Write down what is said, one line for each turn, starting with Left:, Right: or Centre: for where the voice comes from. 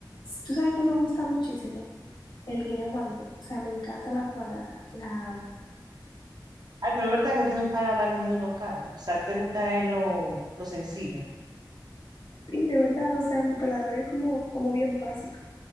Left: ¿Tú sabes que me gusta muchísimo? El guineo maduro. O sea, me encanta la banana. La amo.
Right: Ay, pero es verdad que tiene un paladar muy local. O sea, te gusta es lo, lo sencillo.
Left: Sí, de verdad. O sea, mi paladar es como, como bien básico.